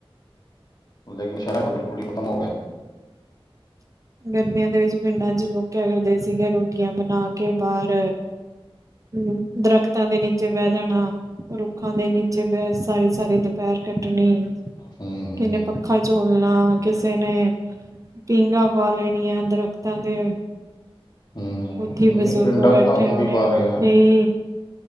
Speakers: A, on the left; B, on the right.
A: ਲੇਕਿਨ ਸ਼ਹਿਰਾਂ ਤਾਂ ਬਿਲਕੁਲ ਹੀ ਖਤਮ ਹੋ ਗਿਆ ਹੈ
B: ਗਰਮੀਆਂ ਦੇ ਵਿੱਚ ਪਿੰਡਾਂ ਚ ਲੋਕ ਕਿਆ ਕਰਦੇ ਸੀਗੇ ਰੋਟੀਆਂ ਬਣਾ ਕੇ ਬਾਹਰ ਹਮ ਦਰਖਤਾਂ ਦੇ ਨੇ ਨਚੇ ਬਹਿ ਜਾਣਾ ਰੁੱਖਾਂ ਦੇ ਨੀਚੇ ਬਹਿ ਸਾਰੀ ਸਾਰੀ ਦੁਪਹਿਰ ਕੱਟਣੀ
A: ਹੂੰ ਹੂੰ
B: ਕਿਨੇ ਪੱਖਾ ਝੋਲਣਾ ਕਿਸੇ ਨੇ ਪੀਘਾ ਪਾ ਲੈਣੀ ਆ ਦਰਖਤਾਂ ਤੇ
A: ਹੂੰ
B: ਉੱਥੇ ਬਜ਼ੁਰਗ
A: ਨਹੀਂ ਪਿੰਡਾਂ
B: ਬੈਠੇ
A: 'ਚ ਤਾਂ ਹੁਣ
B: ਹੋਣੇ
A: ਵੀ ਪਾ
B: ਉੱਥੇ
A: ਰਹੇ ਆ
B: ਹੀ